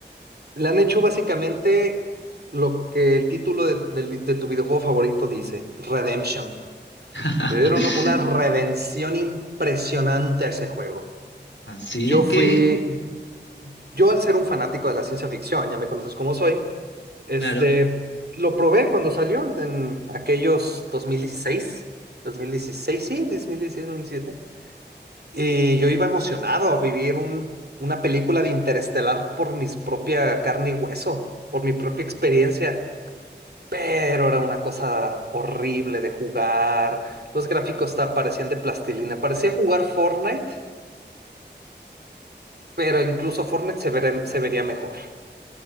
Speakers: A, on the right; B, on the left.
A: Le han hecho básicamente lo que el título de, del vi- de tu videojuego favorito dice, Redemption.
B: <laughs>
A: Le dieron una redención impresionante a ese juego.
B: Así
A: Yo fui,
B: que,
A: yo al ser un fanático de la ciencia ficción, ya me conoces como soy, Este,
B: claro.
A: lo probé cuando salió en aquellos dos dos mil dieciséis, dos mil dieciséis, sí, dos dos mil dieciséis, dos mil 2017. Y yo iba emocionado a vivir un, una película de Interestelar por mi propia carne y hueso, por mi propia experiencia. Pero era una cosa horrible de jugar. Los gráficos ta- parecían de plastilina. Parecía jugar Fortnite, pero incluso Fortnite se veré- se vería mejor.